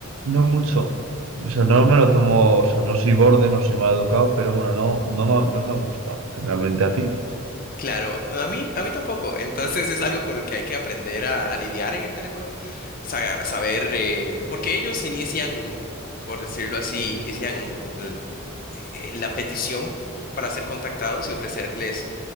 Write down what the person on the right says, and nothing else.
No mucho. O sea, no me lo tomo, o sea, no soy borde, no soy mal educado, pero bueno, no, no me, no me gusta generalmente a ti.